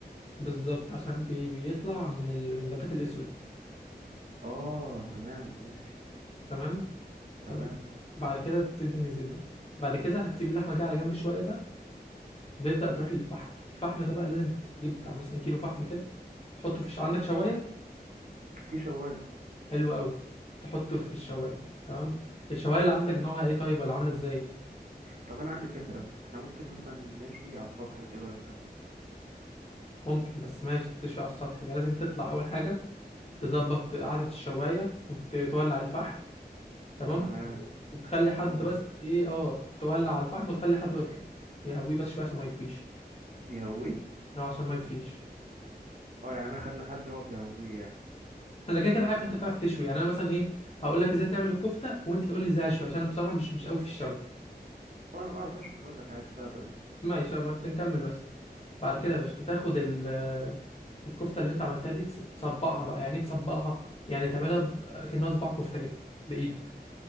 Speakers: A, on the left (about 40°); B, on the right (about 50°).
A: بالظبط عشان بي... بيطلع من ال... من النبات الاسود
B: اه تمام ماشي
A: تمام
B: تمام
A: تمام بعد كده تدهن الزيت ده بعد كده هتسيب اللحمة دي على جنب شوية بقى وتبدأ تروح للفحم الفحم ده بقى لازم تجيب بتاع مثلا كيلو فحم كده تحطه في الش- عندك شواية
B: في شوايه
A: حلو قوي تحطه في الشوايه تمام الشوايه اللي عندك نوعها ايه طيب ولا عامله ازاي
B: طب انا عندي فكره احنا ممكن مثلا نشوي على السطح ايه رايك
A: ممكن بس ماشي تشوي على السطح يبقى لازم تطلع اول حاجه تظبط قعده الشوايه وتولع الفحم تمام
B: تمام
A: وتخلي حد
B: بغب
A: بس ايه اه تولع على الفحم وتخلي حد واقف كده يهويه بس شويه عشان ما يطفيش
B: يهويه
A: اه عشان ما يطفيش
B: اه يعني انا اخلي حد يقف يهويه يعني
A: انا كده كده عارف انت تعرف تشوي يعني انا مثلا ايه هقول لك ازاي تعمل الكفته وانت تقول لي ازاي اشوي عشان انا بصراحه مش مش قوي في الشوي
B: اه انا بعرف اشوي هقول لك عادي ساعتها دي
A: ماشي بس نكمل بس بعد كده يا باشا هتاخد ال الكفته اللي انت عملتها دي تص- تصبعها بقى يعني ايه تصبعها يعني تعملها ب- كأنها صباع كفته كده بايدك